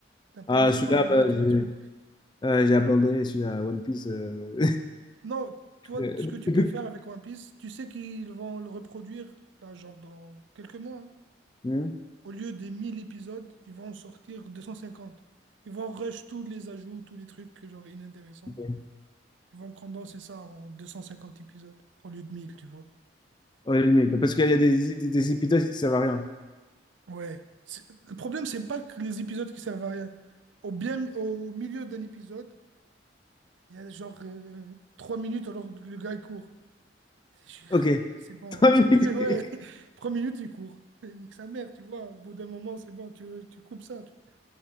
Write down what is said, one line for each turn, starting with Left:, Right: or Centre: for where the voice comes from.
Right: t'as pas
Left: Ah,
Right: encore
Left: celui-là,
Right: abordé
Left: bah,
Right: tous
Left: j'ai
Right: les trucs.
Left: ah, j'ai abandonné celui-là, One Piece. euh,
Right: Non, toi,
Left: <laughs>
Right: ce que tu peux faire avec One Piece, tu sais qu'ils vont le reproduire, là, genre dans quelques mois. hein.
Left: Hein
Right: Au lieu des 1000 épisodes, ils vont en sortir deux cent cinquante Ils vont rush tous les ajouts, tous les trucs, genre inintéressants.
Left: Ok.
Right: Ils vont condenser ça en 250 épisodes, au lieu de mille tu vois.
Left: Oh, l'ennemi, parce qu'il y a des, des, des épisodes qui servent à rien.
Right: Ouais. C'est- Le problème, c'est pas que les épisodes qui servent à rien. Au, bien, au milieu d'un épisode, il y a genre euh, trois minutes alors que le gars il court. Je suis frère,
Left: Ok,
Right: c'est
Left: <laughs>
Right: bon.
Left: trois
Right: hein.
Left: minutes.
Right: <laughs>
Left: ok.
Right: Ouais, trois minutes il court. Eh, Nique sa mère, tu vois. Au bout d'un moment, c'est bon, tu, tu coupes ça. tu vois.